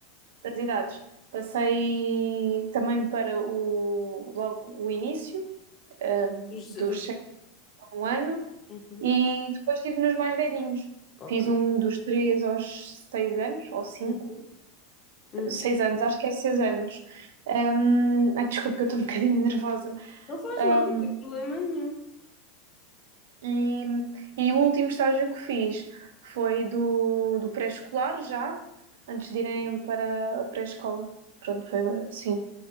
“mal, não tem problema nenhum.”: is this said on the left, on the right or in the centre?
Left